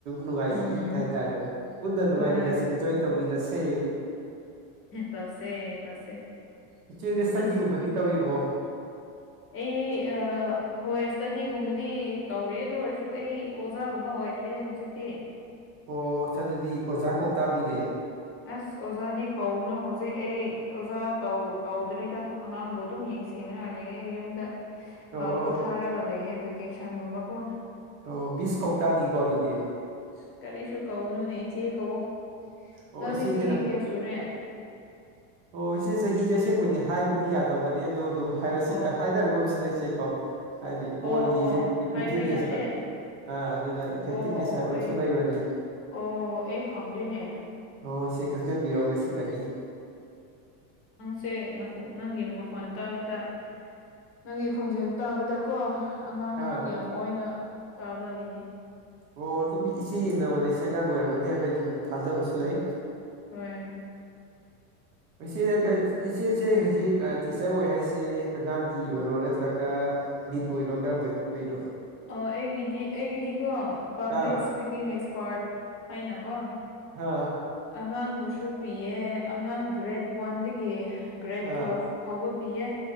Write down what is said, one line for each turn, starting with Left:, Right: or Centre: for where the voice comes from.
Right: ꯅꯨꯡꯉꯥꯏꯈꯤꯅꯤ
Left: ꯎꯝ
Right: ꯍꯥꯏꯇꯥꯔꯦ ꯄꯨꯟꯅ ꯅꯨꯡꯉꯥꯏꯃꯤꯟꯅꯁꯦ
Left: ꯍꯣꯏ
Right: ꯑꯦꯟꯖꯣꯏ ꯇꯧꯃꯤꯟꯅꯁꯦ
Left: ꯇꯧꯁꯦ ꯇꯧꯁꯦ
Right: ꯏꯆꯦ ꯌꯦ ꯁ꯭ꯇꯔꯗꯤꯒꯨꯝꯕꯗꯤ
Left: ꯑꯁ
Right: ꯇꯧꯔꯤꯕꯣ
Left: ꯑꯩ ꯑ ꯍꯣꯏ ꯏꯁꯇꯗꯤꯣꯒꯨꯝꯕꯗꯤ ꯇꯧꯔꯤ ꯑꯗꯨ ꯑꯣꯏꯔꯁꯨ ꯑꯩ ꯑꯣꯖꯥꯒꯨꯝꯕ ꯑꯣꯏ ꯑꯣꯏꯈ꯭ꯔꯦꯅꯦ ꯍꯧꯖꯤꯛꯇꯤ
Right: ꯑꯣ ꯑꯗꯨꯗꯤ ꯑꯣꯖꯥ ꯀꯧ ꯇꯥꯝꯅꯤꯅꯦ
Left: ꯑꯁ ꯑꯣꯖꯥꯗꯤ ꯀꯧꯅꯨ ꯍꯧꯖꯤꯛ ꯑꯩ ꯑꯣꯖꯥ ꯇꯧ ꯇꯧꯗ꯭ꯔꯤꯗ ꯑꯉꯥꯡꯕꯨ ꯑꯗꯨꯝ ꯌꯦꯡ ꯁꯦꯡꯅꯔ ꯂꯩꯌꯦ ꯌꯨꯝꯗ
Right: ꯑꯣ
Left: ꯄꯣꯊꯥꯔꯒ ꯂꯩꯌꯦ ꯀꯦꯁꯟꯒꯨꯝꯕ ꯀꯣ
Right: ꯑꯣ ꯕꯤ ꯁ ꯀꯧꯇꯥꯗꯤꯀꯣ ꯑꯗꯨꯗꯤ
Left: ꯑꯁ, ꯀꯔꯤꯁꯨ ꯀꯧꯅꯨꯅꯦ ꯏꯆꯦ ꯀꯧꯨ
Right: ꯑꯣ
Left: ꯅꯪꯗꯤ
Right: ꯏꯆꯦꯅ
Left: ꯆꯍꯤ
Right: ꯍꯦꯟꯅ
Left: ꯀ꯭ꯌꯥ ꯁꯨꯔꯦ
Right: ꯑꯣ ꯏꯆꯦ ꯆꯍꯤꯖꯦ ꯑꯁꯦꯡꯕꯗꯤ ꯍꯥꯏꯕ ꯗꯤ ꯌꯥꯗꯕꯅꯦ ꯑꯗꯣ ꯑꯗꯨꯝ ꯍꯥꯏꯔꯁꯤ
Left: ꯑꯣ
Right: ꯍꯥꯏꯅꯔꯒꯨꯝ ꯁꯤꯗ ꯏꯆꯦ ꯀꯣ ꯍꯥꯏꯗꯤ ꯀꯣꯜꯒꯤ
Left: ꯑꯣ
Right: ꯏꯐꯦꯛ
Left: ꯑꯣ
Right: ꯏꯐꯦꯛꯇꯤꯞ
Left: ꯍꯥꯏꯕ
Right: ꯔꯦꯁꯇ
Left: ꯌꯥꯗꯦ
Right: ꯑꯥ ꯑꯗꯨꯅ ꯏꯐꯦꯛꯇꯤꯞ
Left: ꯑꯣ
Right: ꯅꯦꯁ
Left: ꯑꯣ
Right: ꯍꯥꯏꯕꯝꯁꯨ
Left: ꯑꯩ
Right: ꯂꯩꯕꯅꯤꯅ
Left: ꯑꯣ ꯑꯩ ꯈꯪꯗꯦꯅꯦ
Right: ꯑꯣ ꯏꯆꯦ ꯈꯪꯖꯟꯕꯤꯔꯣ ꯉꯁꯤꯗꯒꯤ
Left: ꯁꯦ ꯅꯈꯣꯅꯪꯒꯤ ꯃꯈꯣꯟ ꯇꯥꯕꯗ ꯅꯪꯒꯤ ꯈꯣꯟꯖꯦꯜ ꯇꯥꯕꯗꯀꯣ ꯑꯉꯥꯡ
Right: ꯑꯥ
Left: ꯌꯥꯝ ꯑꯣꯢꯅ ꯇꯥꯕꯒꯤꯅꯤ
Right: ꯑꯣ ꯑꯗꯨꯝ ꯏꯆꯦ ꯌꯦꯡꯅꯕꯗ ꯑꯩꯁꯦ ꯑꯉꯥꯡ ꯑꯣꯏꯔꯝꯒꯅꯤ ꯍꯥꯏꯕ ꯑꯩ ꯑꯗꯨꯝ ꯊꯥꯖꯕꯁꯨ ꯂꯩ
Left: ꯍꯣꯏ
Right: ꯏꯆꯦ ꯅꯪ ꯑꯩ ꯏꯆꯦꯁꯦ ꯍꯧꯖꯤꯛ ꯇꯤꯆꯔ ꯑꯣꯏ ꯍꯥꯏꯁꯦ ꯑꯉꯥꯡꯒꯤ ꯑꯣꯏꯔꯣ ꯅꯠꯇ꯭ꯔꯒ ꯃꯤꯠ ꯑꯣꯏꯔꯣ ꯀꯔꯝꯕ ꯑꯣꯏꯅꯣ
Left: ꯑꯣ ꯑꯩꯒꯤꯗꯤ ꯑꯩꯒꯤꯗꯤꯀꯣ ꯄꯕ꯭ꯂꯤꯛ
Right: ꯑꯥ
Left: ꯏꯁ꯭ꯄꯤꯀꯤꯡ ꯄꯥꯔꯠ ꯍꯥꯏꯅ ꯀꯣ
Right: ꯑꯥ
Left: ꯑꯉꯥꯡꯕꯨꯁꯨ ꯄꯤꯌꯦ ꯑꯉꯥꯡ ꯒ꯭ꯔꯦꯠ ꯋꯥꯟꯗꯒꯤ ꯒ꯭ꯔꯦꯠ
Right: ꯑꯥ
Left: ꯇꯨꯋꯦꯞ ꯐꯥꯎꯕ ꯄꯤꯌꯦ